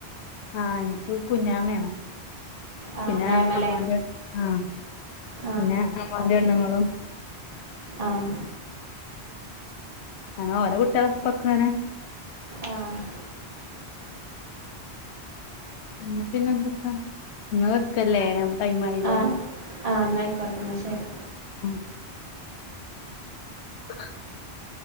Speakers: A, on the left; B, on the right.
A: ആഹ് ഇനിക്ക് കുഞ്ഞാമേണ്
B: ആഹ്
A: പിന്നെ
B: മേമലേ
A: അമ്മോന്റെ ആഹ്.
B: ആഹ്
A: പിന്നെ അമോന്റെ
B: പിന്നെ
A: പെണ്ണ്ങ്ങളും.
B: ആഹ്.
A: ആ ഓല കുട്ടികളൊപൊക്കങ്ങനെ
B: ആഹ്
A: ഇന്ന പിന്നെ എന്തൊക്കാ ഇന്ന വെക്കല്ലേ മ്മക്ക് ടൈമായിലെ
B: ആഹ് ആഹ് അന്നാ ആയിക്കോട്ടെ എന്ന ശരി
A: ഉം <inaudible>